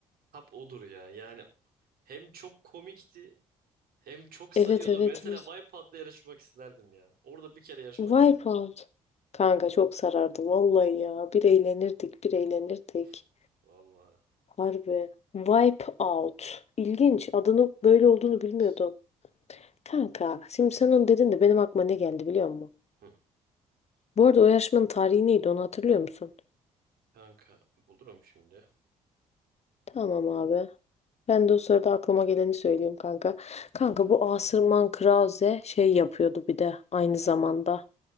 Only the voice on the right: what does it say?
tap odur ya. Yani hem çok komikti Hem çok sarıyordu.
Mesela
Wipeout'la yarışmak isterdim ya. Orada bir kere yarışmak
isterdim.
Of. Vallahi.
Wipeout.
Hı.
Kanka bulurum şimdi.